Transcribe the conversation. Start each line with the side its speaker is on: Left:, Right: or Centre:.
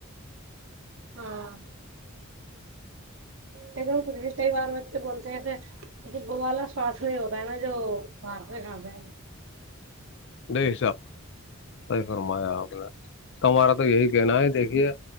Right: ہاں تو پھر بھی کئی بار وے بولتے ہیں ایسے ایے بوا سواس یہ ہوتا ہے نا جو باہر سے کھاتے ہیں
Left: نہیں ح صاحب صحیح فرمایا آپ نے تمہارا تو یہی کہنا ہے دیکھیے